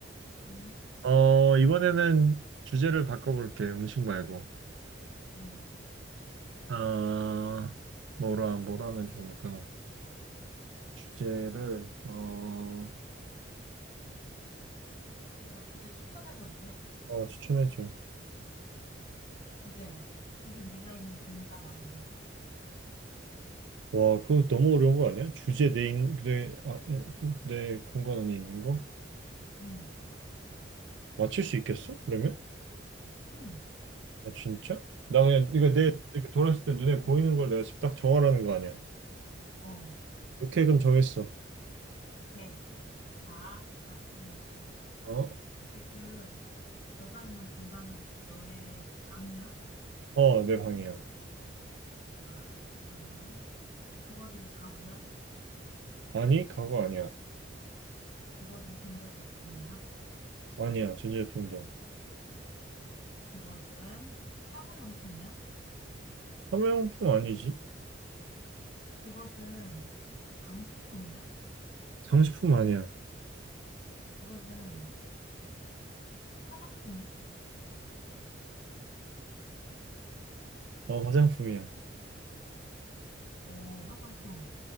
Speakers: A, on the left; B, on the right.
A: 응,
B: 어 이번에는 주제를 바꿔볼게 음식 말고.
A: 응.
B: 아 뭐라 뭐라 하면 좋을까? 주제를 어
A: 내가 주제 추천해줘도 돼?
B: 어, 추천해줘.
A: 주제. 지금 네가 있는 공간 안에 있는 거.
B: 와, 그거 너무 어려운 거 아니야? 주제 내, 인, 내, 아, 내 내 공간 안에 있는 거?
A: 응,
B: 맞출 수 있겠어? 그러면?
A: 응,
B: 아, 진짜? 나 그냥, 이거 내,
A: 응.
B: 이렇게 돌았을 때 눈에 보이는 걸 내가 지금 딱 정하라는 거 아니야?
A: 어,
B: 오케이, 그럼 정했어.
A: 오케이. 자, 나 질문할게.
B: 어?
A: 지금 너가 있는 공간은 너의 방이야?
B: 어, 내 방이야.
A: 자, 그러면 그것은 가구야?
B: 아니, 가구 아니야.
A: 그것은 전자제품이야?
B: 아니야, 전자제품도.
A: 그것은 사무용품이야?
B: 사무용품 아니지?
A: 그것은 장식품이야?
B: 장식품 아니야.
A: 그것은 화장품이야?
B: 어, 화장품이야.
A: 오, 화장품.